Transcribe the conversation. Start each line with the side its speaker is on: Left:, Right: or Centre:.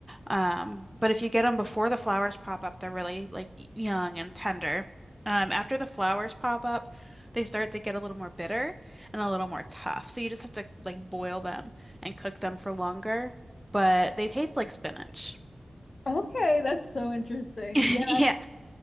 Centre: Um, but if you get them before the flowers pop up, they're really like young and tender. Um, after the flowers pop up, they start to get a little more bitter and a little more tough. So you just have to like boil them and cook them for longer, but they taste like spinach.
Left: Okay, that's so interesting.
Centre: <laughs>
Left: Yeah,
Centre: Yeah,